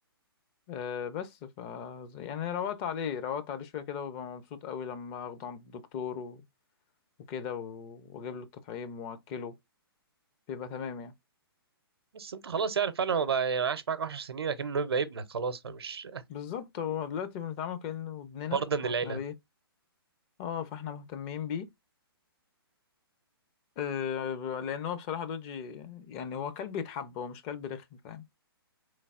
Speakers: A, on the left; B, on the right.
A: أه بس ف يعني روقت عليه روقت عليه شوية كده وببقى مبسوط قوي لما اخده عند الدكتور وكده و- واجيب له التطعيم واكله بيبقى تمام يعني
B: بس انت خلاص يعني فعلا هو بقى يعني عاش معاك 10 سنين لكنه يبقى ابنك خلاص فمش
A: بالظبط هو دلوقتي بنتعامل كأنه ابننا
B: <laughs> فرد من
A: فاحنا
B: العيله
A: بايه اه فاحنا مهتمين بيه آه لان هو بصراحة دوجي يعني هو كلب يتحب هو مش كلب رخم فاهم